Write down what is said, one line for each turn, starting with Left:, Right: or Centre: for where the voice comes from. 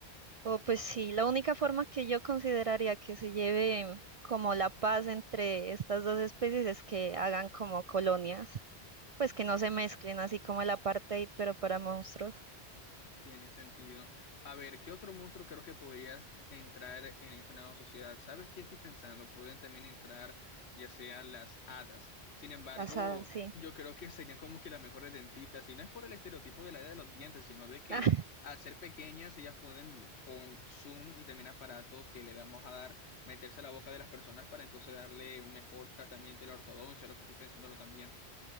Right: O pues sí, la única forma que yo consideraría que se lleve como la paz entre estas dos especies es que hagan como colonias. Pues que no se mezclen así como el apartheid, pero para monstruos.
Left: Tiene sentido. A ver, ¿qué otro monstruo creo que podrías entrar en esa nueva sociedad? ¿Sabes qué estoy pensando? Pueden también entrar ya sean las hadas. Sin embargo,
Right: Las hadas, sí.
Left: yo creo que serían como que las mejores dentistas, y no es por el estereotipo del área de los dientes, sino de que
Right: Ah,
Left: al ser pequeñas ellas pueden con Zoom y también aparatos que le damos a dar, meterse a la boca de las personas para entonces darle mejor tratamiento y la ortodoncia, lo que estoy pensándolo también.